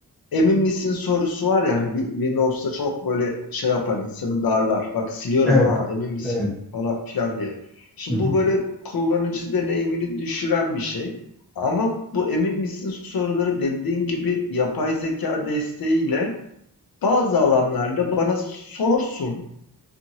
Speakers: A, on the left (about 65°); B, in the centre.
A: Emin misin sorusu var ya hani Wi- Windows'ta çok böyle şey yapar insanı darlar. Bak siliyorum
B: Evet,
A: ha emin misin
B: evet.
A: falan filan diye. Şimdi
B: Hı hı,
A: bu böyle kullanıcı deneyimini düşüren bir şey. Ama bu emin misin soruları dediğin gibi yapay zeka desteğiyle bazı alanlarda bana sorsun.